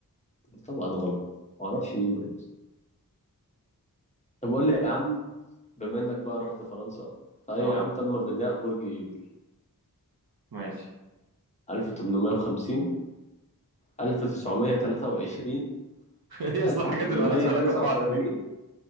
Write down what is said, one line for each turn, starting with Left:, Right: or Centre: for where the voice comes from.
Left: طبعا غلط معرفش مين دول أصلا طب قول لي يا عم بما إنك بقى رحت فرنسا فأي
Right: اه
Left: عام تم بناء برج إيفل
Right: ماشي
Left: 1850 1923
Right: <laughs> هي اصلا
Left: 1889
Right: الحاجات اللي مالهاش علاقة ببعض دي